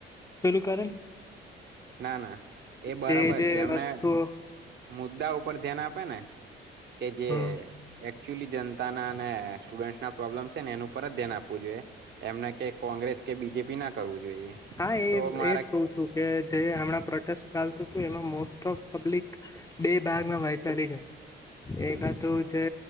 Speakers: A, on the left; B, on the right.
A: શલુ કરે.
B: ના ના એ બરાબર
A: જે જે
B: છે એમને.
A: વસ્તુઓ
B: મુદ્દા ઉપર ધ્યાન આપે ને. ને. કે જે.
A: હા
B: એકચ્યુઅલી જનતાના અને સ્ટુડન્ટસ ના પ્રોબ્લેમ છે ને એનું પર જ ધ્યાન આપવું જોઈએ. એમના કે કોંગ્રેસ કે બીજેપી ના કરવું. જોઈએ
A: હા એ
B: તો મારા
A: એજ કું છું કે જે હમણાં પ્રોટેસ્ટ ચાલતું હતું એમાં મોસ્ટ ઓફ પબ્લિક બે ભાગમાં વૈચારિક હતી
B: હમ
A: એક તોઉ છે.